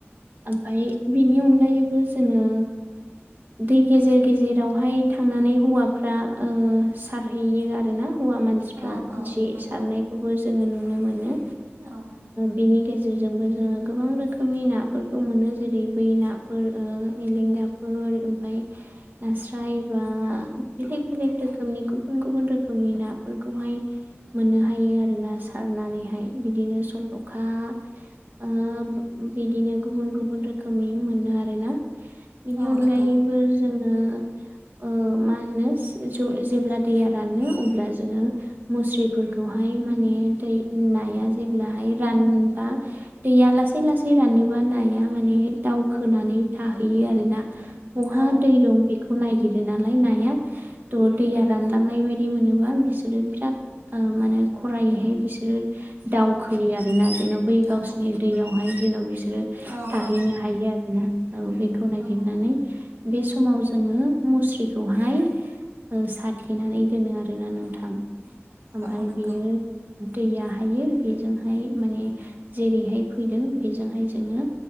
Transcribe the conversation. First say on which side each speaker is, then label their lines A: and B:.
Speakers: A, on the right; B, on the right.
A: ओमफाय बिनि अनगायैबो जोङो दै गेजेर गेजेरावहाय थांनानै हौवाफ्रा सारहैयो आरो ना हौवा मानसिफ्रा
B: औ
A: जे
B: नंगौ
A: सारनायखौबो जोङो नुनो मोनो
B: औ
A: बेनि गेजेराव बेजों जोङो गोबां रोखोमनि नाफोर खौ मोनो जेरै बै नाफोर एलेंगाफोर ओमफफ्राय नास्राय बा आ बेलेग बेलेग रोखोमनि गुबुन गुबुन रोखोमनि नाफोरखौहाय मोननो हायो आरोना सारनानैहाय बिदिनो सल'खा ओब बिदिनो गुबुन गुबुन रोखोमनि मोनो आरो ना बेनि
B: औ
A: अनगायैबो
B: नंगौ
A: जोङो ओ मा होनो जे‌ब्ला दैया रानो अब्ला जोङो मुश्रि <unintelligible> हाय माने दै नाया जेब्लाहाय रानबा दैया लासै लासै रानोबा नाया माने दावखोनानै थाहैयो आरो ना बहा
B: औ
A: दै दं बेखौ नायिग गिरो नालाय नाया थ' दैया रानलांनाय बायदि मोनोबा बिसोरो बिराद माने खरायैहाय बिसोरो दावखोयो आरो <unintelligible> बै गावसोरनि
B: औ
A: दैयावहाय जेन' बिसोरो
B: औ
A: थाहैनो
B: औ
A: हायो आरोना औ बेखौ नागिरनानै
B: औ
A: बे समाव जोङो मुस्रिखौहाय साथेनानै दोनो आरोना नोंथां ओमफ्राय
B: औ नंगौ
A: बियो दैया हायो बेजोंहाय माने जेरैहाय फैदों बेजोंहाय जोङो